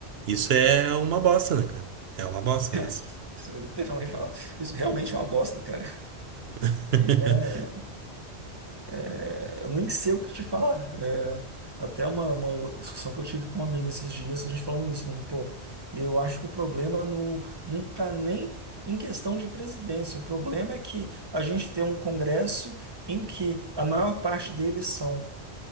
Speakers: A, on the right; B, on the right.
A: Isso é uma bosta, né, cara? É uma bosta
B: É,
A: mesmo.
B: isso, literalmente, é uma- isso realmente é uma bosta, cara.
A: <laughs>
B: E é. É, eu nem sei o que te falar. É, até uma, uma discussão que eu tive com um amigo esses dias, a gente falando isso, né? Pô, eu acho que o problema não, não tá nem em questão de presidência. O problema é que a gente tem um Congresso em que a maior parte deles são